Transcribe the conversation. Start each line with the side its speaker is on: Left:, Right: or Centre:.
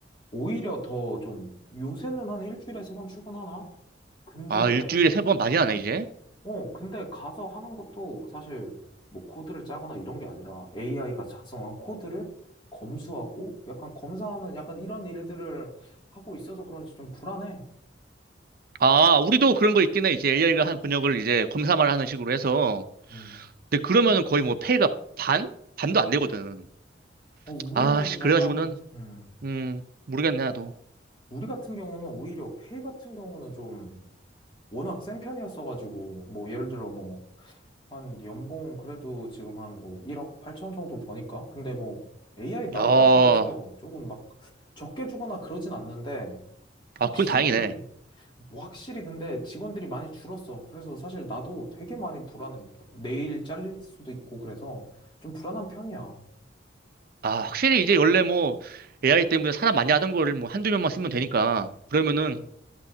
Left: 오히려 더 좀 요새는 한 일주일에 세 번 출근하나? 근데,
Right: 아, 일주일에 세 번 많이 하네, 이제.
Left: 어, 근데 가서 하는 것도 사실 뭐 코드를 짜거나 이런 게 아니라 AI가 작성한 코드를 검수하고 약간 검사하는 약간 이런 일들을 하고 있어서 그런지 좀 불안해.
Right: 아, 우리도 그런 거 있긴 해. 이제 AI가 한 번역을 이제 검사만 하는 식으로 해서.
Left: 음.
Right: 근데 그러면은 거의 뭐 페이가 반? 반도 안 되거든.
Left: 어, 우리는
Right: 아, 씨, 그래가지고는,
Left: 약간, 음,
Right: 음, 모르겠네, 나도.
Left: 우리 같은 경우는 오히려 페이 같은 경우는 좀 워낙 센 편이었어가지고, 뭐, 예를 들어 뭐, 한 연봉 그래도 지금 한 뭐, 1억 8천 정도 버니까? 근데 뭐, AI 나왔다고
Right: 야,
Left: 해서 조금 막 적게 주거나 그러진 않는데,
Right: 아,
Left: 확실히,
Right: 그건 다행이네.
Left: 뭐 확실히 근데 직원들이 많이 줄었어. 그래서 사실 나도 되게 많이 불안해. 내일 잘릴 수도 있고, 그래서 좀 불안한 편이야.
Right: 아, 확실히 이제 원래 뭐 AI 때문에 사람 많이 하던 거를 뭐 한두 명만 쓰면 되니까 그러면은